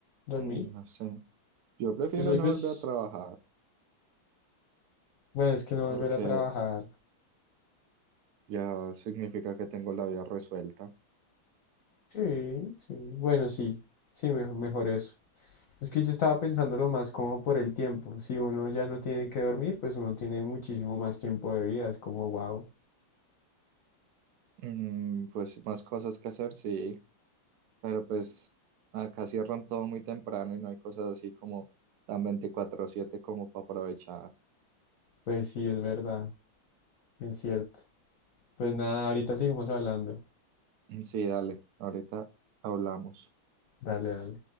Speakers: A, on the left; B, on the right.
A: dormir.
B: Mm, No sé. Yo prefiero
A: Pues hay
B: no
A: veces,
B: volver a trabajar
A: bueno, es que no
B: porque
A: volver a trabajar.
B: ya significa que tengo la vida resuelta.
A: Sí, sí. Bueno, sí, sí, mejor, mejor eso. Es que yo estaba pensándolo más como por el tiempo. Si uno ya no tiene que dormir, pues uno tiene muchísimo más tiempo de vida. Es como, wow.
B: Mm, pues más cosas que hacer, sí, pero pues acá cierran todo muy temprano y no hay cosas así como tan veinticuatro siete como para aprovechar.
A: Pues sí, es verdad, es cierto. Pues nada, ahorita seguimos hablando.
B: Mm, Sí, dale, ahorita hablamos.
A: Dale, dale.